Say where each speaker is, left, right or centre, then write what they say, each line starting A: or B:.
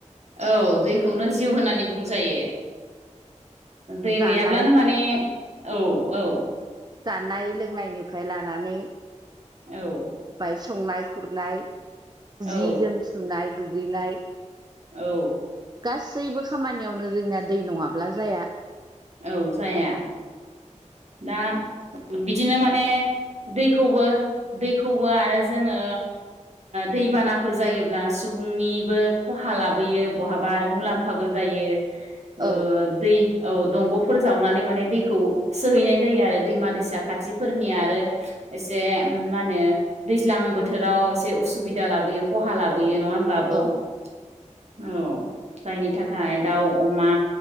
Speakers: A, on the right; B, on the right.
A: औ दैखौनो जिउ होननानै बुंजायो दै
B: जानाय
A: गैयाब्लानो माने औ औ
B: जानाय लोंनायनिफ्राय लानानै
A: औ।
B: बाय संनाय खुरनाय जि
A: औ
B: जोम सुनाय दुगैनाय
A: औ।
B: गासैबो खामानियावनो जोंना दै नङाब्ला जाया।
A: औ जाया दा बिदिनो माने दैखौबो दैखौ आरो जोङो दैबानाफोर जायोब्ला सुबुंनिबो खहा लाबोयो बहाबा आरो मुलाम्फाबो जायो।
B: औ
A: ओ दै औ दंग'फोर जावनानै माने दैखौ सोहैनाय जायो आरो दैमा दैसा खाथिफोरनिया आरो एसे मा होनो दैज्लां बोथोराव एसे उसुबिदा लाबोयो खहा लाबोयो नङा होमबा आब'
B: औ
A: औ। जायनि थाखाय दाउ अमा